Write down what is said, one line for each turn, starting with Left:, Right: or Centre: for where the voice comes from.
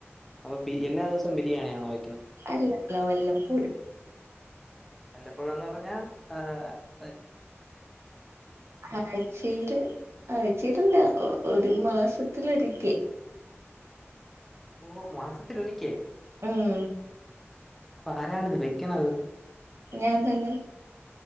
Centre: അപ്പ ബി എല്ലാ ദിവസവും ബിരിയാണിയാണോവ
Right: അല്ലല്ല വല്ലപ്പോഴും.
Centre: വല്ലപ്പോഴന്ന് പറഞ്ഞാ അഹ്
Right: ആഴ്ച്ചയില് ആഴ്ചയിലല്ല. ഒരു മാസത്തിലൊരിക്കെ
Centre: ഓ മാസത്തിലൊരിക്കെ
Right: ഉം
Centre: അപ്പൊ ആരാണിത് വെക്കണത്.
Right: ഞാൻ തന്നെ.